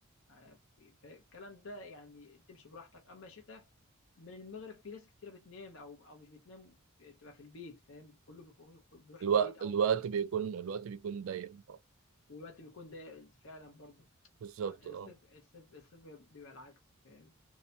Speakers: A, on the left; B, on the right.
A: آه في- في- الكلام ده يعني تمشي براحتك اما الشتاء من المغرب في ناس كتيره بتنام او او مش بتنام بتبقى في البيت فاهم كله بيخ- بيروح
B: الوقت
A: البيت او
B: الوقت
A: كله بي...
B: بيكون الوقت بيكون ضيق آه،
A: والوقت بيكون ده فعلا برضه
B: بالظبط
A: فالصيف
B: اه
A: الصيف الصيف بيبقى العكس فاهم